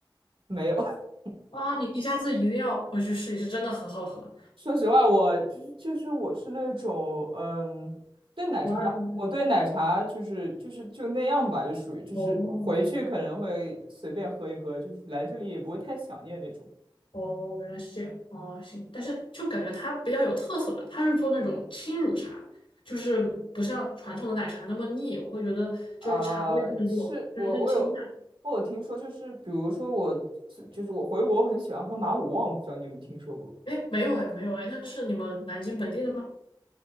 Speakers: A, on the right; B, on the left.
A: 没有。<laughs>
B: 啊，你你下次一定要回去试一试，真的很好喝，
A: 说实话，我就是就是我是那种嗯，对奶茶，
B: 不二分奶
A: 我对奶茶就是就是就那样吧，就属于就是回去可能会随便喝一喝，
B: 哦，
A: 就是来这里也不会太想念那种。
B: 哦，原来是这样。哦，行，但是就感觉它比较有特色吧，它是做那种轻乳茶，就是不像传统的奶茶那么腻，我会觉得就是茶味更重，
A: 啊、是我我有我有听说，
B: 就是更清淡。
A: 就是比如说我是就是我回国很喜欢喝马五旺，不知道你有没有听说过？
B: 哎，没有哎，没有哎，那是你们南京本地的吗？